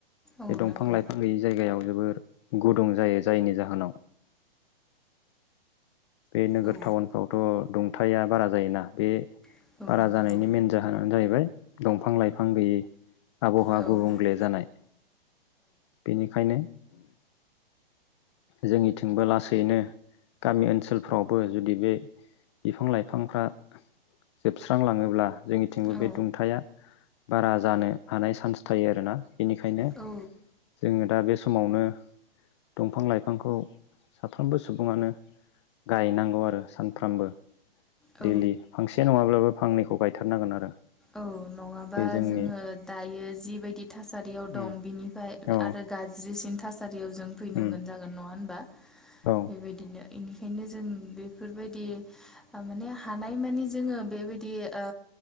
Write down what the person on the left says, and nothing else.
बे दंफां
लाइफां गैयि जायगायाव जोबोर गुदुं जायो। जायनि जाहोनाव बे नोगोर
टाउनफ्रावथ' दुंथाया बारा जायोना। बे
बारा
जानायनि मेन जाहोनानो जाहैबाय दंफां लाइफां गैयै। आबहावाया
गुबुंले जानाय। बेनिखायनो जोंनिथिंबो लासैनो गामि ओनसोलफ्रावबो जुदि बे बिफां लाइफांफ्रा जोब स्रांलाङोब्ला जोंनिथिंबो
बे दुंथाया बारा जानो हानाय चान्स थायो आरोना। बेनिखायनो
जोङो दा बे समावनो दंफां लाइफांखौ साफ्रोमबो सुबुङानो गायनांगौ आरो सानफ्रोमबो।
दैलि फांसे नङाब्लाबो फांनैखौ गायथारनांगोन आरो।
बे जोंनि
उम
औ
उम
औ
<inaudible>